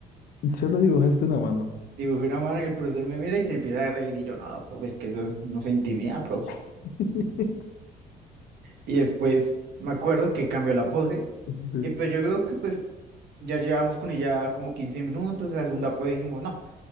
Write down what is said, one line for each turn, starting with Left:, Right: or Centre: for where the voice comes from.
Left: Solo dibujaste una mano.
Right: Dibujé una mano y el profesor me mira y se empieza a reír. Y yo, no, profe, es que eso no se intimida, profe.
Left: <laughs>
Right: Y después me acuerdo que cambió la pose.
Left: Sí.
Right: Y pues yo creo que pues ya llevamos con ella como 15 minutos. La segunda pose dijimos, no,